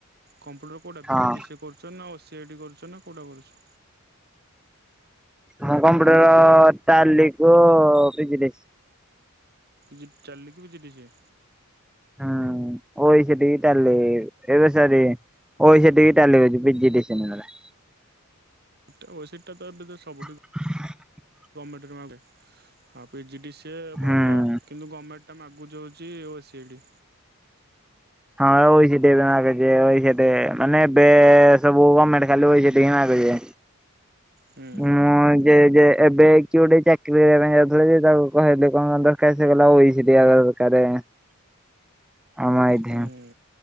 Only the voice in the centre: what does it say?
ହଁ
ମୁଁ କମ୍ପ୍ୟୁଟର ଟାଲି କୁ ପି ଜି ଡି ସି
ହଁ। ଓଇସିଟିକି ଟାଲି ଏବେ ସରିନି ମୋର ବି ସେତିକି ଟାଲି ଅଛି ପି ଜି ଡି ସି ନୁହ ନା।
ହଁ <inaudible>
ହୁଁ।
ହଁ ବା ଓଇସିଟି ଏବେ ମାଗୁଛି ଓଇସିଟି ମାନେ ଏବେ ସବୁ ଗମେଣ୍ଟ ଖାଲି ଓଇସିଟି ହିଁ ମାଗୁଛି।
ମୁଁ ଆ ଯେ ଯେ ଏବେ କିଏ ଗୋଟେ ଚାକିରି କରିବା ପାଇଁ ଯାଉଥିଲା ଯେ ତାକୁ କହିଲେ କଣ କଣ ଦରକାର ସେ କହିଲା ଓଇସିଟି ଆ କାରେ ଆଉ ମାଇଧି